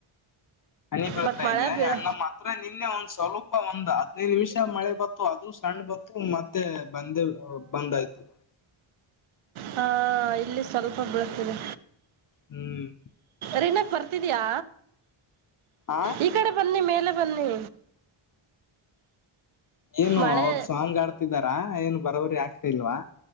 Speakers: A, on the left; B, on the right.
A: ಹನಿ ಬೀಳ್ತಾ
B: ಬಟ್ ಮಳೆ
A: ಇದೆ ನ
B: ಬೀಳ
A: ನಮ್ಮ ಮಾತ್ರ ನಿನ್ನೆ ಒಂದ್ ಸ್ವಲ್ಪ. ಒಂದ್ ಹದ್ನೈದು ನಿಮಿಷ ಮಳೆ ಬತ್ತು ಅದು ಸಣ್ಣ ಬತ್ತು ಮತ್ತೆ. ಬಂದೇ ಬಂದ್ ಆಯ್ತು.
B: ಹಾ ಇಲ್ಲಿ ಸ್ವಲ್ಪ ಬೀಳತಿದೆ.
A: ಹ್ಮ್
B: ರಿನಕ್ ಬರ್ತಿದ್ಯಾ
A: ಆ
B: ಈ ಕಡೆ ಬನ್ನಿ ಮೇಲೆ. ಬನ್ನಿ
A: ಏನು
B: ಮಳೆ
A: ಅವ್ರ ಸಾಂಗ ಆಡ್ತಿದ್ದಾರ ಏನು ಬರವರಿ ಆಗ್ತಾ ಇಲ್ವಾ.